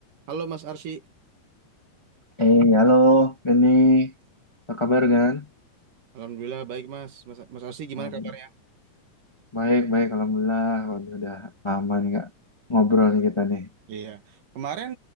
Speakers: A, on the right; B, on the left.
A: Halo Mas Arsy,
B: Eh, halo, Dani. Apa kabar, Gan?
A: Alhamdulillah baik Mas. Mas, Mas Arsy gimana
B: Em,
A: kabarnya?
B: baik, baik, Alhamdulillah. Waduh, udah lama nih, Kak, ngobrol nih kita nih.
A: Iya, kemarin